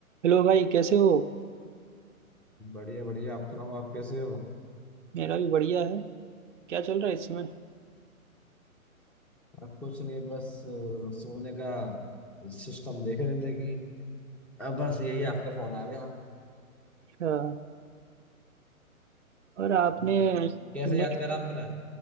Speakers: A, on the right (about 55°); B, in the centre.
A: Hello भाई कैसे हो
B: बढ़िया बढ़िया आप सुनाओ आप कैसे हो
A: मेरा भी बढ़िया है क्या चल रहा है इस समय
B: आप कुछ नहीं बस अ, सोने का सिस्टम देख रहे थे कि अब बस यही आपका फोन आ गया
A: हाँ, और आपने
B: हम्म
A: सुनने
B: कैसे याद
A: में
B: करा
A: आया
B: आपने
A: कि-